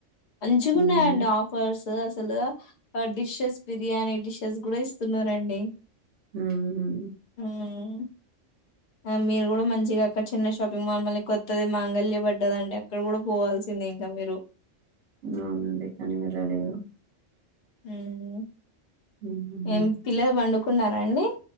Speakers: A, on the left (about 50°); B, on the right (about 70°).
A: మంచిగున్నాయండి
B: హ్మ్
A: ఆఫర్స్ అసలు డిషెస్ బిర్యానీ డిషెస్ గూడా ఇస్తున్నారండి.
B: హ్మ్ హ్మ్
A: హ్మ్ ఆ మీరు గూడా మంచిగా అక్కడ చిన్న షాపింగ్ మాల్ మళ్ళి కొత్తది మాంగళ్య పడ్డదండి అక్కడ గూడా పోవాల్ సింది ఇంకా మీరు
B: అవునండి కానీ వెళ్లలేదు
A: హ్మ్మ్
B: హ్మ్.
A: ఏం పిల్లలు పండుకున్నారా అండి.